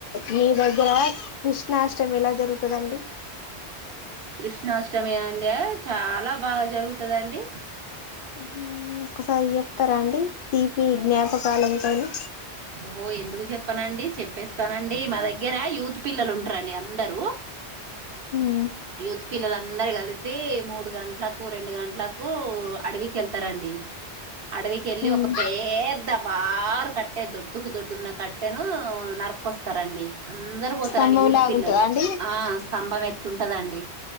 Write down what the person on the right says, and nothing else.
కృష్ణాష్టమి అండి చాలా బాగా జరుగుతుందండి
ఓహో ఎందుకు చెప్పనండి చెప్పేస్తానండి మా దగ్గర యూత్ పిల్లలు ఉంటారండి అందరు
యూత్ పిల్లలందరు కలిసి మూడు గంటలకు రెండు గంటల కు అడవికి వెళ్తారంండి అడవికిెళ్ళి
ఒక పేద్ద బార్ కట్ టె దొడ్డుకు దొడ్డున్న కట్టెను నరుకొస్తారంండి అందరు పోతారండి
యూత్
పిల్లలు
ఆ స్తంభం ఎత్తుంటదండి